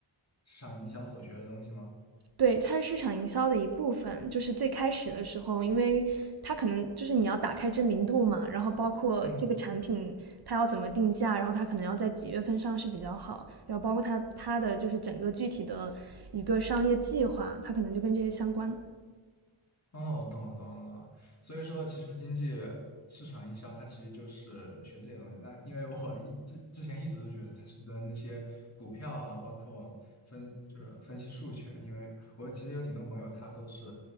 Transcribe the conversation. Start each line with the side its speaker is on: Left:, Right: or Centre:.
Left: 市场营销所学的东西吗？
Right: 对，它是市场营销的一部分。就是最开始的时候，因为它可能就是你要打开知名度嘛，然后包括这个产品它要怎么定价，
Left: 嗯。
Right: 然后它可能要在几月份上市比较好，然后包括它它的就是整个具体的一个商业计划，它可能就跟这些相关。
Left: 哦，懂了，懂了，懂了。所以说，其实经济市场营销它其实就是学这些东西。但因为我一之之前一直都觉得它是跟那些股票啊，包括分就是分析数学，因为我其实有挺多朋友他都是